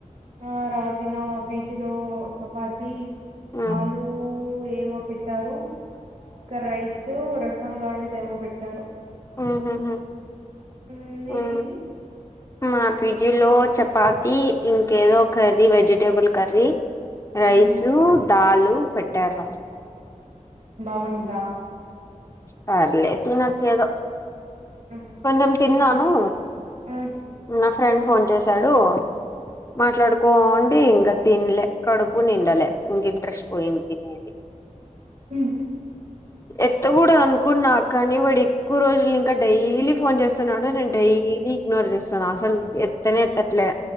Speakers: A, on the right (about 65°); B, on the left (about 25°).
A: ఆ రా తిన్నం రా పీజిలో చపాతి
B: ఉమ్
A: ఆలూ ఏమో పెట్టారు ఇంకా రైస్ రైసు రసం లాంటిదేమో పెట్టారు
B: ఆహహ
A: ఉమ్, మీ
B: ఆ
A: పీజీ <inaudible>
B: మా పిజీలో చపాతి ఇంకేదో కర్రీ వెజిటేబుల్ కర్రీ రైసు
A: ఉమ్.
B: దాలు పెట్టార్రా
A: బాగుందా
B: పర్లేదు నాక్ ఏదో
A: ఉమ్.
B: కొంచం తిన్ననూ
A: అవును
B: నా ఫ్రెండ్ ఫోన్ చేశాడు మాట్లాడుకోంటు ఎమ్ ఇంకా తిన్లే కడుపు నిండలే ఇంక ఇంట్రెస్ట్ పోయింది తినేది
A: ఉంహు
B: ఎత్తగూడదు అనుకున్న కానీ వాడె ఎక్కువ రోజులు ఇంకా డైలీ ఫోన్ చేస్తున్నాడు నేను డైలీ ఇగ్నోర్ చేస్తాన అసలు ఎత్తనే ఎత్తట్లే